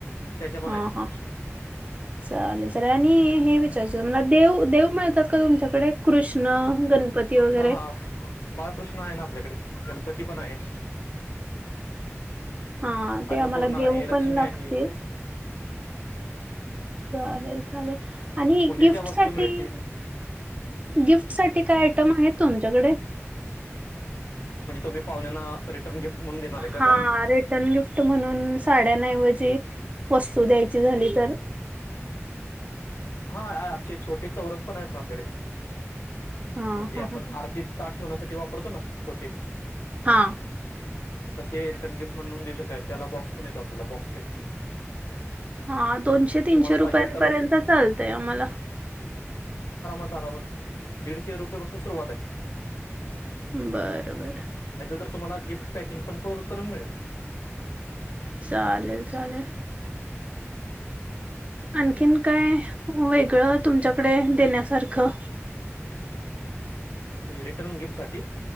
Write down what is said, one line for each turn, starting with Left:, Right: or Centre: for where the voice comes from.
Left: त्याच्या पण
Right: हा
Left: आहेत
Right: हा चालेल चाले सगळ्यांनी हे विचारायचय मला देव देव मिळतात का तुमच्याकडे? कृष्ण गणपती वगैरे,
Left: हा हा बाळकृष्ण आहे ना आपल्याकडे गणपती पण आहे
Right: हा ते
Left: अन्नपूर्णा
Right: आम्हाला देऊ
Left: आहे लक्ष्मी
Right: पण लागतील.
Left: आहे
Right: चालेेल चालेल हा. आणि
Left: पूजेच्या
Right: गिफ्ट
Left: वस्तू
Right: साठी
Left: मिळतील
Right: गिफ्ट साठी काय आयटम आहेत तुमच्याकडे?
Left: म्हणजे तुम्ही पाहुण्यांना? रिटर्न गिफ्ट म्हणून देणार आहे का
Right: हा
Left: काय
Right: रिटर्न गिफ्ट म्हणून साड्यानऐवजी वस्तू द्यायची झाली तर?
Left: हा हा असे छोटे चौरंग पण आहेत ना आपल्याकडे.
Right: हा
Left: म्हणजे
Right: हा
Left: आपण
Right: हा
Left: आरतीत ताट ठेवण्यासाठी वापरतो ना. छोटी..
Right: हा हा,
Left: तसे रिटर्न गिफ्ट म्हणून देऊ शकताय त्याला बॉक्स पण येतो आपल्याला बॉक्स पॅकिंग
Right: हा दोनशे तीनशे
Left: तुम्हाला पाहिजे
Right: रुपयांपर्यंत
Left: तर
Right: चालते. <unintelligible> आम्हाला
Left: <unintelligible> दीडशे रुपये पासून सुरुवात हाय.
Right: बरं बरं
Left: तर तुम्हाला गिफ्ट पॅकिंग पण करू करून मिळेल.
Right: चालेल - चालेल आणखीन काय वेगळं तुमच्याकडे देण्यासारखं
Left: रिटर्न गिफ्ट साठी --